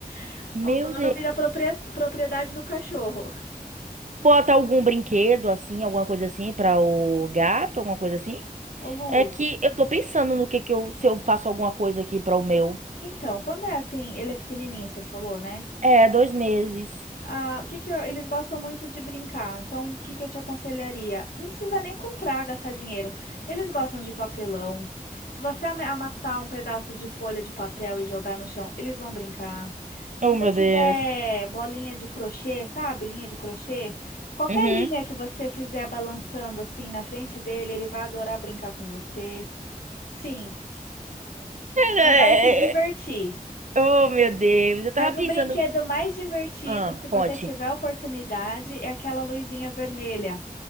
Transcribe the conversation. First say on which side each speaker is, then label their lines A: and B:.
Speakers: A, on the left (about 80°); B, on the right (about 55°).
A: <laughs>
B: meu
A: O dono
B: Deus.
A: vira propria- propriedade do cachorro.
B: Bota algum brinquedo assim, alguma coisa assim, pra o gato, alguma coisa assim.
A: Ô, Lu,
B: É que eu tô pensando no que que eu, se eu faço alguma coisa aqui para o meu.
A: Então, quando é assim, ele é pequenininho, você falou, né?
B: É, dois meses.
A: Ah, o que que eu- eles gostam muito de brincar. Então, o que que eu te aconselharia? Não precisa nem comprar, gastar dinheiro. Eles gostam de papelão. Se você ama- amassar um pedaço de folha de papel e jogar no chão, eles vão brincar. Se
B: Oh,
A: você
B: meu
A: tiver
B: Deus.
A: bolinha de crochê, sabe? Linha de crochê, qualquer
B: Uhum.
A: linha que você fizer balançando assim na frente dele, ele vai adorar brincar com você. Sim,
B: É,
A: você vai se divertir.
B: é, Oh, meu Deus. Eu tava
A: Mas
B: pensando.
A: o brinquedo mais divertido,
B: Ah,
A: se você
B: conte.
A: tiver oportunidade, é aquela luzinha vermelha.